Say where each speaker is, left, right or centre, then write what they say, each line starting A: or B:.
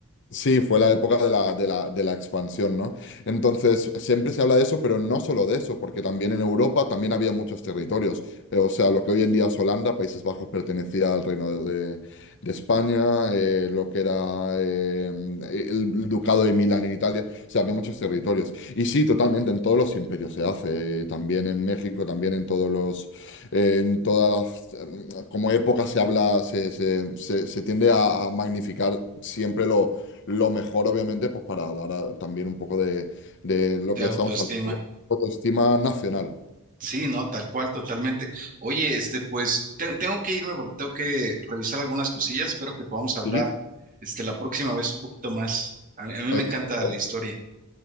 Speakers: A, on the left; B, on the right.
A: Sí, fue la época de la, de la, de la expansión, ¿no? Entonces, siempre se habla de eso, pero no solo de eso, porque también en Europa también había muchos territorios. Eh, O sea, lo que hoy en día es Holanda, Países Bajos pertenecía al Reino de, de España, eh, lo que era eh, el Ducado de Milán en Italia, o sea, había muchos territorios. Y sí, totalmente, en todos los imperios se hace, eh, también en México, también en todos los, eh, en todas las, eh, como época se habla, se, se, se- se tiende a a magnificar siempre lo lo mejor, obviamente, pues para dar a- también un poco de, de lo
B: de
A: que
B: autoestima.
A: estamos hablando, de autoestima nacional.
B: Sí, no, tal cual, totalmente. Oye, este, pues te- tengo que irme porque tengo que revisar algunas cosillas. Espero que podamos hablar,
A: Sí,
B: este, la próxima vez un poquito más. A, a mí
A: exacto.
B: me encanta la historia.